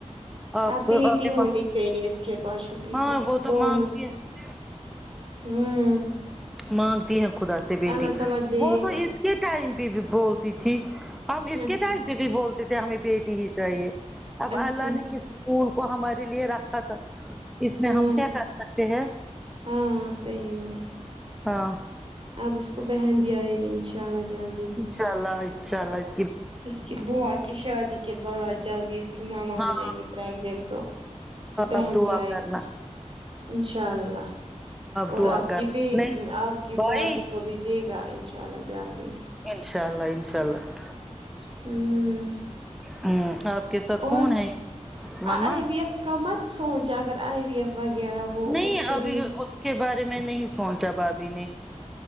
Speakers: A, in the centre; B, on the right.
A: آپ
B: اب
A: کو
B: بیٹی
A: آپ کے
B: ہونی
A: ماں
B: چاہیے اس کے بعشبی
A: ہاں
B: کو
A: وہ تو
B: دونوں
A: مانگتی ہے
B: ہوں
A: مانگتی ہیں خدا سے بیٹی
B: اللہ تعالی دے
A: وہ تو
B: گا
A: اس کے ٹائم پہ بھی بولتی تھی ہم اس
B: اچھا
A: کے ٹائم پہ بھی بولتے تھے ہمیں بیٹی ہی چاہیے اب
B: اچھا
A: اللہ نے اس پھول کو ہمارے لیے رکھا تھا اس میں
B: ہاں
A: ہم کیا کر سکتے ہیں
B: ہاں صحیح میں
A: ہاں
B: اب اس کو بہن بھی آئے گی انشاء اللہ جلدی ہی
A: انشاءاللہ انشاءاللہ
B: اس کی بوا کی شادی کے بعد جلدی اس کی ماما
A: ہاں
B: ہو جائے گی پریگننٹ تو بہن
A: آپ دعا
B: بھی ائینگی
A: کرنا
B: انشاء اللہ اور
A: دعا
B: آپ
A: کرنا
B: کی بھی
A: نہیں
B: آپ کی
A: بھائی
B: بھابھی کو بھی دے گا انشاء اللہ جلدی
A: انشاء اللہ انشاء اللہ
B: ہوں
A: ہمم آپ کے ساتھ
B: اور
A: کون ہے ماما
B: آئی وی ایف کا مت سوچ اگر آئی وی ایف وغیرہ وہ
A: نہیں
B: اس کے
A: ابھی
B: لیے
A: اس کے بارے میں نہیں سوچا بھابھی نے